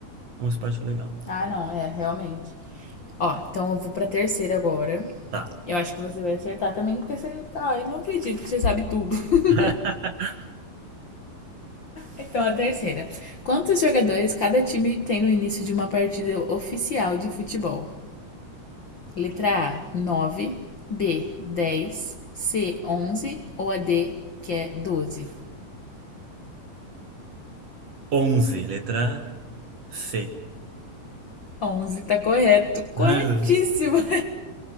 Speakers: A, on the right (about 60°); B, on the left (about 85°).
A: É um esporte legal.
B: Ah, não, é, realmente. Ó, então eu vou pra terceira agora.
A: Tá.
B: Eu acho que você vai acertar também, porque você. Ah, eu não acredito que você sabe tudo. <laughs>
A: <laughs>
B: Então, a terceira. Quantos jogadores cada time tem no início de uma partida oficial de futebol? Letra A, nove B, dez C, onze ou a D, que é doze
A: onze letra C.
B: onze tá correto, corretíssimo!
A: Ai, meu Deus.
B: <laughs>